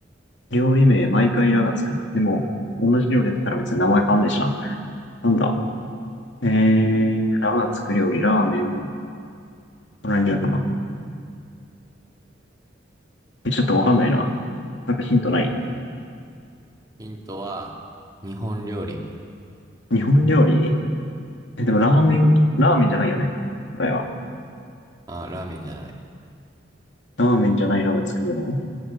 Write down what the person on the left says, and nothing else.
料理名毎回ラがつく。でも、同じ料理だったら別に名前変わんないしな。なんだ。えー、ラがつく料理、ラーメン、これにあるかな。え、ちょっとわかんないな。なんかヒントない。
日本料理え、でもラーメン、ラーメンじゃないよね。答えは。
ラーメンじゃないラがつくもの